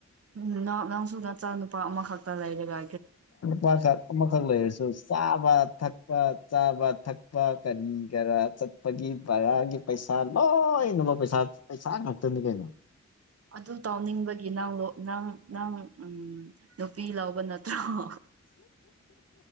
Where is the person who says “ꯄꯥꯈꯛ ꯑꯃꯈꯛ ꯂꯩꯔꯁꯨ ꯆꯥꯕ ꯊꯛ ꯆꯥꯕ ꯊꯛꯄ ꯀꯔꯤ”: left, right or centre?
Left